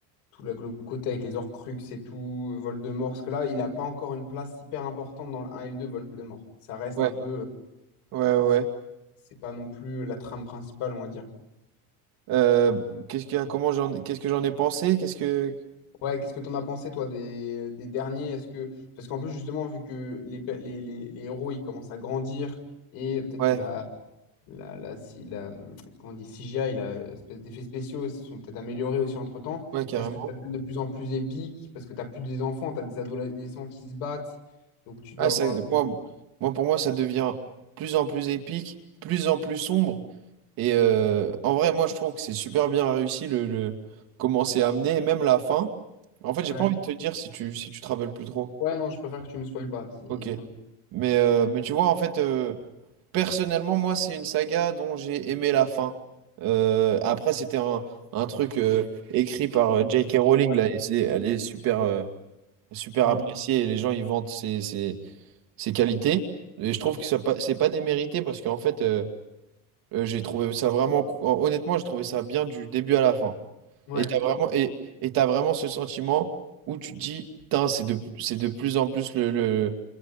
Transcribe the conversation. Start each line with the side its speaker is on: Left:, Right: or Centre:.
Left: tout le le côté avec les Horcrux et tout, Voldemort, parce que là, il n'a pas encore une place hyper importante dans le un et le 2, Voldemort. Ça reste
Right: Ouais,
Left: un peu... euh,
Right: ouais,
Left: C'est
Right: ouais.
Left: c'est pas non plus la trame principale, on va dire.
Right: Euh, qu'est-ce qu'il a, comment j'en, qu'est-ce que j'en ai pensé? Qu'est-ce que.
Left: Ouais, qu'est-ce que t'en as pensé, toi, des, des derniers? Est-ce que... Parce qu'en plus, justement, vu que les, pe- les, les, les héros, ils commencent à grandir, et peut-être
Right: Ouais.
Left: que la, la, la- si, la, comment on dit, CGI, la espèce d'effets spéciaux se sont peut-être améliorés aussi entre-temps.
Right: Ouais, carrément.
Left: Est-ce que ça devient de plus en plus épique? Parce que tu n'as plus des enfants, tu as des adolescents qui se battent. Donc tu dois
Right: Ah,
Left: avoir
Right: ça,
Left: des...
Right: moi, moi, pour moi, ça devient plus en plus épique, plus en plus sombre. Et euh, en vrai, moi, je trouve que c'est super bien réussi le, le comment c'est amené, et même la fin. En fait, j'ai
Left: Ouais.
Right: pas envie de te dire si tu, si tu te rappelles plus trop.
Left: Ouais, non, je préfère que tu me spoiles pas. si-
Right: Ok. Mais, euh, mais tu vois, en fait, euh, personnellement, moi, c'est une saga dont j'ai aimé la fin. Euh, après, c'était un, un truc euh, écrit par euh, J.K. Rowling,
Left: Ouais.
Right: là, et c'est, elle est super, euh, super
Left: Hmm.
Right: appréciée, et les gens, ils vantent ces, ces- ses qualités. Et je trouve que ça pas- c'est pas démérité parce qu'en fait, euh, euh, j'ai trouvé ça vraiment. cou- Honnêtement, j'ai trouvé ça bien du début à la fin.
Left: Ouais.
Right: Et t'as vraiment, et, et t'as vraiment ce sentiment où tu te dis, putain, c'est de, c'est de plus en plus le, le,